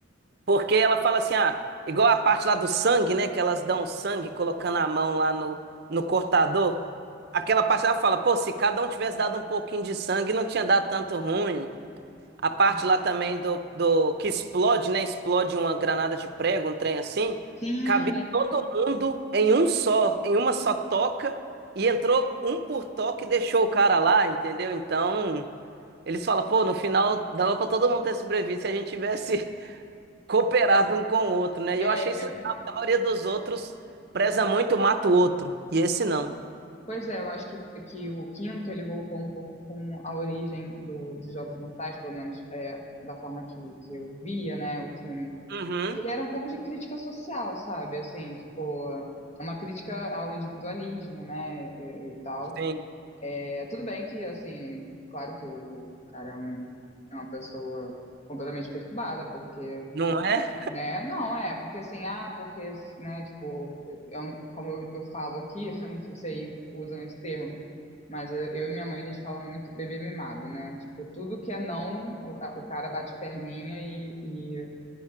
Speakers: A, on the right; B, on the left.
A: Porque ela fala assim, ah, igual a parte lá do sangue, né? Que elas dão sangue colocando a mão lá no, no cortador. Aquela parte ela fala, pô, se cada um tivesse dado um pouquinho de sangue, não tinha dado tanto ruim. A parte
B: Sim,
A: lá também do, do que explode, né? Explode uma granada de prego, um trem assim.
B: Sim,
A: Cabia todo mundo em um só, em uma só toca. E entrou um por toque e deixou o cara lá, entendeu? Então, eles falam, pô, no final dava pra todo mundo ter sobrevivido se a gente tivesse cooperar de um com o outro, né?
B: é,
A: E eu achei isso
B: eu-
A: legal, porque a maioria dos outros preza muito, mata o outro. E esse não.
B: pois é, eu acho que, que o quinto ele voltou um pouco com a origem do, dos Jogos Mortais, pelo menos é, da forma que, que eu via, né, o filme.
A: Uhum.
B: Ele era um pouco de crítica social, sabe? Assim, tipo, uma crítica ao individualismo, né, e, e tal.
A: Sim.
B: É, tudo bem que, assim, claro que o, o cara é, um- é uma pessoa completamente perturbada, porque
A: Não é?
B: Né? Não, é, porque assim, ah, porque, né, tipo, é um- como eu, eu falo aqui, <laughs> eu não sei se aí usam esse termo, mas é, eu e minha mãe, a gente fala muito bebê mimado, né? Tipo, tudo que é não, o, a- o cara bate perninha e, e,